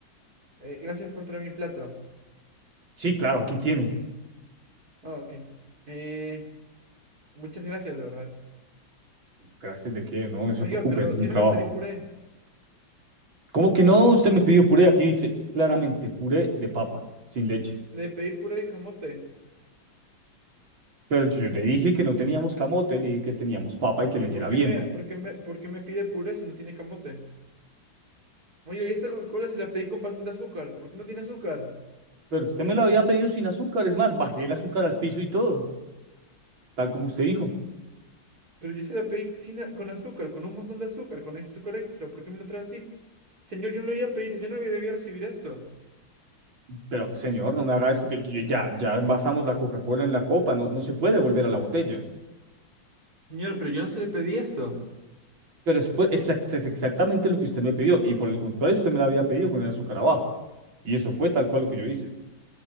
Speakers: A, on the right; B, on the right.
A: eh, gracias por traer mi plato.
B: Sí, claro, aquí tiene.
A: Ah, ok. Eh, muchas gracias, de verdad.
B: Gracias de que no no se
A: Oiga,
B: preocupe,
A: pero
B: ese es
A: yo
B: mi trabajo.
A: no le pedí puré.
B: ¿Cómo que no? Usted me pidió puré. Aquí dice claramente puré de papa, sin leche.
A: Le pedí puré de camote.
B: Pero yo le dije que no teníamos camote, le dije que teníamos papa y que
A: Pero
B: leyera
A: ¿por qué
B: bien.
A: me, por qué me, por qué me pide puré si no tiene camote? Oye, y esta Coca-Cola se la pedí con bastante azúcar. ¿Por qué no tiene azúcar?
B: Pero usted me la había pedido sin azúcar, es más, bajé el azúcar al piso y todo, tal como usted dijo.
A: Pero yo se la pedí sin a- con azúcar, con un montón de azúcar, con azúcar extra. ¿Por qué me lo traes así? Señor, yo no le voy a pedir, yo no le voy a recibir esto.
B: Pero señor, no me haga esto que yo- ya, ya envasamos la Coca-Cola en la copa, no, no se puede volver a la botella.
A: Señor, pero yo no se le pedí esto.
B: Pero es, pues, es ex- es exactamente lo que usted me pidió y por el contrario, usted me la había pedido con el azúcar abajo. Y eso fue tal cual lo que yo hice.